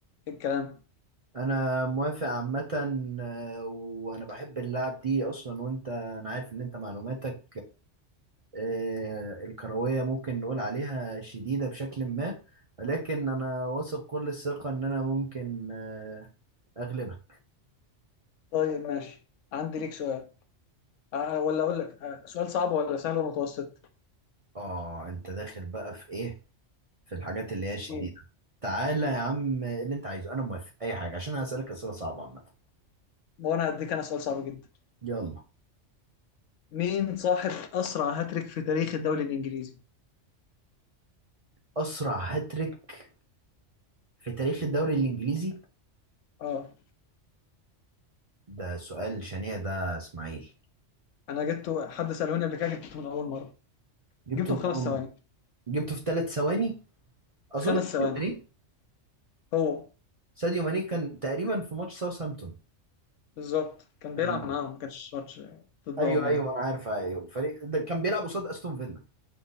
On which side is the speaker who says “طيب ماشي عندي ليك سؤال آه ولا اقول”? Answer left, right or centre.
Left